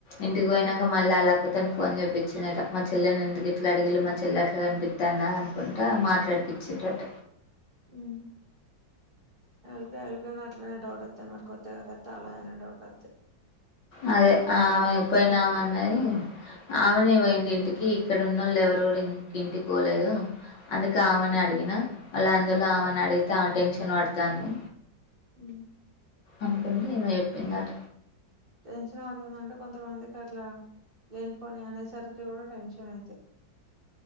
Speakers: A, on the left; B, on the right.
A: ఇంటికి పోయినాక మళ్ళ ఆళ్ల అక్క తోనీ ఫోన్ చేపించిందంట మా చెల్లని ఎందుకు ఇట్ల అడిగిలి మా చెల్లె అట్ల అంటి తన అనుకుంటా మాట్లాడిపిచ్చింద్రట
B: ఉ ఎల్కా ఎల్కా అట్లనే డౌట్ వస్తాది మరి కొత్త కథ తలా అనే డౌట్ వస్తాయి
A: అదే అమే పోయినామే అన్నది ఆమెనే పోయింది ఇంటికి ఇక్కడ ఉన్నోళ్లు ఎవరు కూడా ఇంక్ ఇంటికి పోలేదు అందుకే ఆమెనే అడిగిన మల్ల అందుల్ల ఆమెని అడిగితే టెన్షన్ పడతంది
B: ఉ
A: ఉంటుంది ఈమె చెప్పిందట
B: టెన్షన్ పడుతుందంటే కొంతమందికి అట్ల లేని పోనీ అనేసరికి కూడా టెన్షన్ అయితే